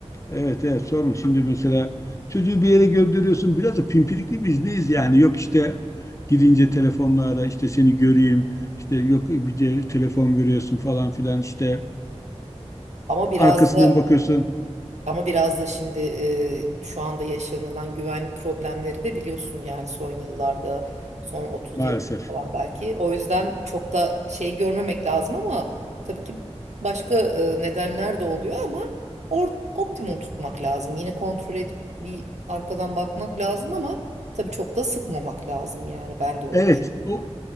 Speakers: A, on the left; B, on the right.
A: Evet evet sorma. Şimdi mesela çocuğu bir yere gönderiyorsun. Biraz da pimpirikli biz neyiz yani? Yok işte gidince telefonla ara işte seni göreyim. İşte yok bir de telefon veriyorsun falan filan işte
B: Ama biraz
A: arkasından
B: da
A: bakıyorsun
B: Ama biraz da şimdi e, şu anda yaşanılan güvenlik problemleri de biliyorsun yani son yıllarda, son 30
A: Maalesef.
B: yıldır falan belki. O yüzden çok da şey görmemek lazım ama tabii ki başka e, nedenler de oluyor ama or optimum tutmak lazım. Yine kontrol edip bir arkadan bakmak lazım ama tabii çok da sıkmamak lazım yani ben de öyle
A: Evet, o,